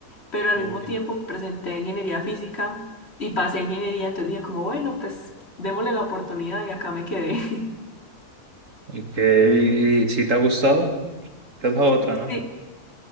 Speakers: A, on the left (about 40°); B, on the right (about 55°).
A: pero al
B: uy.
A: mismo tiempo presenté a ingeniería física y pasé a ingeniería, entonces dije como, bueno, pues démosle la oportunidad y acá me quedé. <laughs>
B: Ok, ¿y si te ha gustado? Esa es la otra, ¿no?
A: Sí.